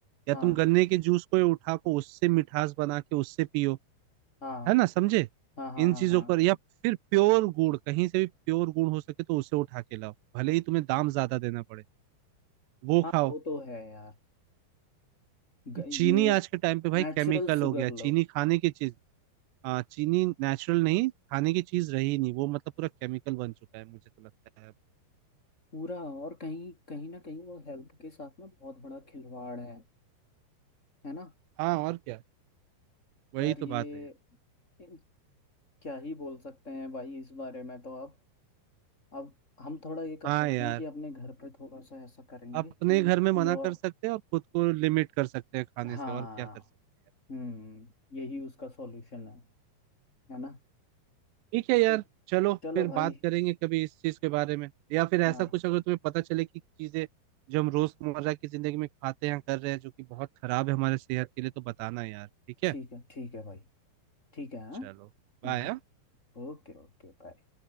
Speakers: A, on the right; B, on the left.
A: या
B: हाँ
A: तुम गन्ने के जूस को उठा को उससे मिठास बना के उससे पियो
B: हाँ
A: है ना समझे
B: हाँ हाँ
A: इन
B: हाँ
A: चीजों
B: हाँ
A: पर या फिर प्योर गुड़ कहीं से भी प्योर गुड़ हो सके तो उसे उठा के लाओ भले ही तुम्हें दाम ज्यादा देना पड़े वो
B: हाँ
A: खाओ
B: वो तो है यार ग,
A: चीनी
B: ये
A: आज के टाइम पे भाई
B: नेचुरल
A: केमिकल
B: शुगर
A: हो गया
B: लो
A: चीनी खाने की चीज आ, चीनी नेचुरल नहीं खाने की चीज रही नहीं वो मतलब पूरा केमिकल बन चुका है मुझे तो लगता है अब
B: पूरा और कहीं कहीं ना कहीं वो हेल्थ के साथ में बहुत बड़ा खिलवाड़ है है ना
A: हाँ और क्या वही
B: यार
A: तो
B: ये
A: बात है यार
B: इन- क्या ही बोल सकते हैं भाई इस बारे में तो आप अब हम थोड़ा ये कर
A: हाँ
B: सकते
A: यार
B: हैं कि अपने घर पे थोड़ा सा ऐसा करेंगे
A: अपने
B: कि
A: घर में
B: प्योर
A: मना कर सकते हैं और खुद को लिमिट कर सकते हैं खाने
B: हाँ
A: से और क्या कर सकते हैं
B: हम्म यही उसका सॉल्यूशन है है ना
A: ठीक है यार
B: तो
A: चलो
B: चलो
A: फिर
B: भाई
A: बात करेंगे कभी इस चीज के बारे में या फिर ऐसा
B: हाँ
A: कुछ अगर तुम्हें पता चले कि चीजें जो हम रोजमर्रा की जिंदगी में खाते हैं कर रहे हैं जो कि बहुत खराब है हमारे सेहत के लिए तो बताना यार ठीक
B: ठीक
A: है
B: है ठीक है भाई ठीक है हाँ
A: चलो बाय
B: हम्म, Okay okay bye